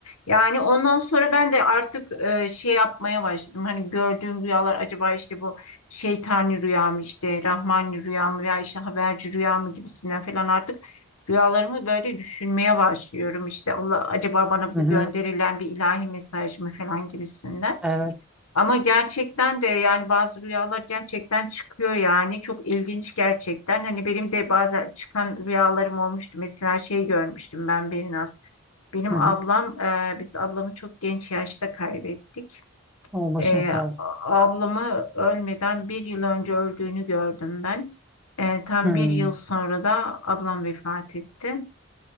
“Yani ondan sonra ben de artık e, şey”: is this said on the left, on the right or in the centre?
Left